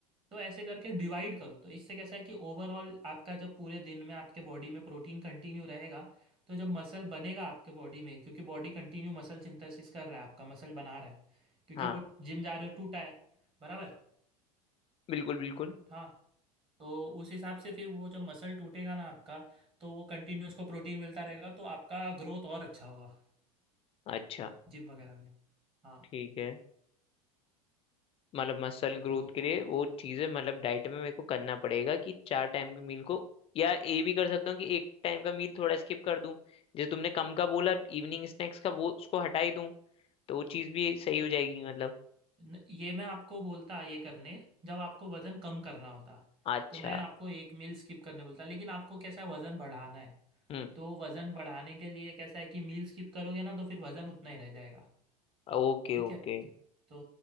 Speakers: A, on the right (about 25°); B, on the left (about 30°).
A: तो ऐसे करके डिवाइड करो तो इससे कैसा है कि ओवरऑल आपका जब पूरे दिन में आपके बॉडी में प्रोटीन कंटिन्यू रहेगा तो जब मसल बनेगा आपके बॉडी में क्योंकि बॉडी कंटिन्यू मसल सिंथेसिस कर रहा है आपका मसल बना रहा है क्योंकि
B: हाँ
A: वो जिम जा रहे हो टूटा है बराबर
B: बिल्कुल बिल्कुल
A: हाँ तो उस हिसाब से फिर वो जब मसल टूटेगा ना आपका तो वो कंटिन्यू उसको प्रोटीन मिलता रहेगा तो आपका ग्रोथ और अच्छा होगा
B: अच्छा
A: जिम वगैरह में हाँ
B: ठीक है मतलब मसल ग्रोथ
A: तो
B: के लिए वो चीज़ें मतलब डाइट में मेरे को करना पड़ेगा कि चार टाइम के मील को या ये भी कर सकता हूँ कि एक टाइम का मील थोड़ा स्किप कर दूं जैसे तुमने कम का बोला इवनिंग स्नैक्स का वो उसको हटा ही दूं तो वो चीज़ भी सही हो
A: नहीं
B: जाएगी मतलब
A: न- ये मैं आपको बोलता ये करने जब आपको वजन कम करना होता
B: अच्छा
A: तो मैं आपको एक मील स्किप करने बोलता लेकिन आपको कैसा है वजन बढ़ाना है
B: हम्म
A: तो वजन बढ़ाने के लिए कैसा है कि मील स्किप करोगे ना तो फिर वजन उतना ही रह जाएगा
B: Okay
A: ठीक
B: okay
A: है तो